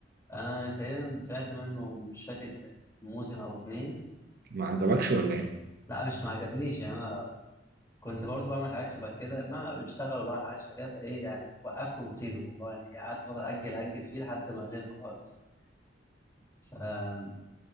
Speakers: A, on the left (about 15°); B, on the right (about 55°).
A: أنا تقريبا سمعت منه مش فاكر موسم أو اتنين
B: ما عجبكش ولا ايه
A: لا مش ما عجبنيش يعني كنت برضو بعمل حاجات شبه كده ما بشتغل وبعمل حاجات شبه كده فايه يعني وقفت ونسيته والله يعني قعدت فتره اجل اجل فيه لحد ما سيبته خالص ففي